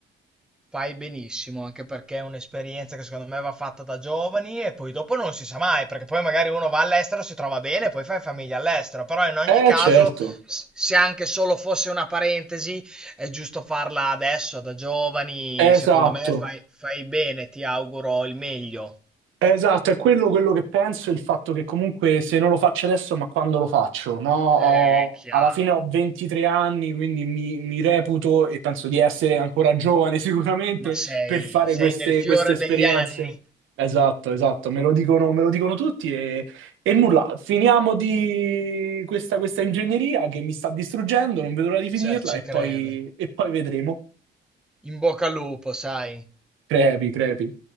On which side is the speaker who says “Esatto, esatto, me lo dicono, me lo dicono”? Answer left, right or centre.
Right